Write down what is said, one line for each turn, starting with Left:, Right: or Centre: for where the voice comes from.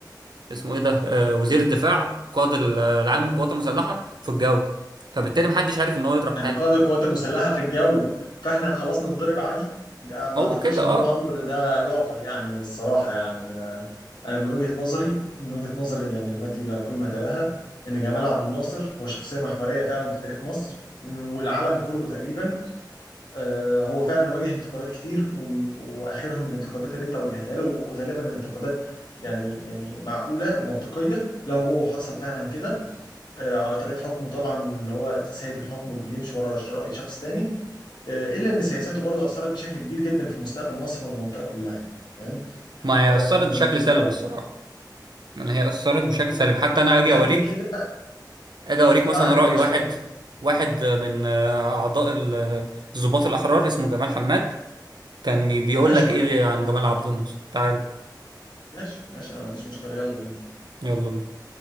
Right: اسمه ايه ده آه، وزير الدفاع قائد ال- العام للقوات المسلحه في الجو فبالتالي محدش عارف ان هو يضرب
Left: يعني
Right: حاجه
Left: قائد القوات المسلحه في الجو فاحنا خلاص نتضرب عادي ده ما
Right: هو
Left: اعتقدش
Right: كده
Left: ان هو
Right: اه
Left: امر ده يعقل يعني الصراحه يعني انا انا من وجهه نظري من وجهه نظري يعني التي لا قيمه لها ان جمال عبد الناصر هو شخصيه محوريه فعلا في تاريخ مصر والعالم كله تقريبا آه، هو فعلا واجه انتقادات كتير و- واخرهم الانتقادات اللي انت وجهتها له وغالبا انتقادات يعني يعني معقوله ومنطقيه لو هو حصل فعلا كده آه، على طريقه حكمه طبعا اللي هو سايب الحكم وبيمشي ورا ش- راي شخص تاني آه، الا ان سياساته برضه اثرت بشكل كبير جدا في مستقبل مصر والمنطقه كلها يعني فاهم
Right: ما هي
Left: آه،
Right: اثرت بشكل
Left: ولو
Right: سلبي الصراحه يعني هي اثرت
Left: مم،
Right: بشكل سلبي حتى
Left: مش
Right: انا اجي
Left: قد
Right: اوريك
Left: كده
Right: اجي اوريك مثلا
Left: تعالى
Right: راي
Left: يا باشا
Right: واحد
Left: وريني
Right: واحد من آه، اعضاء ال- الضباط الاحرار اسمه جمال حماد كان بيقول
Left: ماشي
Right: لك
Left: وريني
Right: ايه
Left: أنا.
Right: عن جمال عبد الناصر تعال
Left: ماشي ماشي انا ما عنديش مشكله يلا بينا
Right: يلا بينا